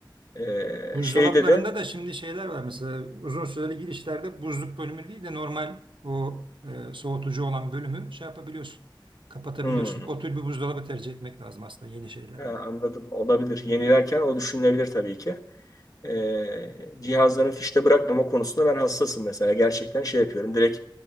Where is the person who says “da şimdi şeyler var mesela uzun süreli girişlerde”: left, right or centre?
Right